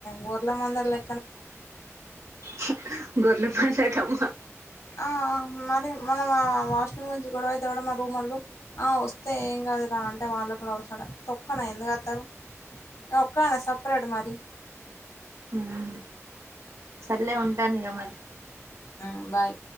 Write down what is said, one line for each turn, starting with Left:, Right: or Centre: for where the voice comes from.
Left: గొర్ల మందర్ లె
Right: హు గొర్ల పందేటమ్మ
Left: ఆ మరి మనం ఆ వాష్ చూయించు గొడవైతే ఉడా మా రూమోల్లు, ఆ వస్తే ఏం గాదురా అంటే వాళ్ళ గూడా ఒస్సలే తొక్కనా ఎందు. అత్తరు ఏ ఒక్కదానే సప్రేట్ మరి
Right: ఊహు సర్లే ఉంటాను ఇగ మలి
Left: ఊ బాయ్